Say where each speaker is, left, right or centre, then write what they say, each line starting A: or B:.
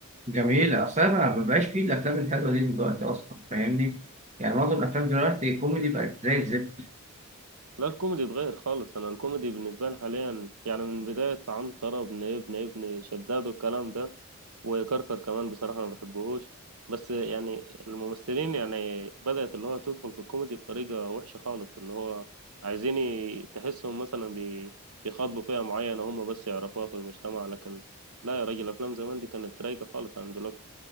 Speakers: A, on the right (about 30°); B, on the right (about 85°).
A: جميل اصل انا ما بقاش فيه الافلام الحلوه دي دلوقتي اصلا فاهمني يعني معظم الافلام دلوقتي كوميدي بقت زي الزفت
B: لا الكوميدي اتغير خالص انا الكوميدي بالنسبه لي حاليا يعني من بدايه عنتره ابن ابن ابن شداد والكلام ده وكركر كمان بصراحة ما بحبهوش بس يعني الممثلين يعني بدأت اللي هو تدخل في الكوميدي بطريقة وحشة خالص اللي هو عايزين ي- تحسهم مثلا بي- بيخاطبوا فئة معينة هم بس يعرفوها في المجتمع لكن لا يا راجل أفلام زمان دي كانت رايقة خالص عن دلوقتي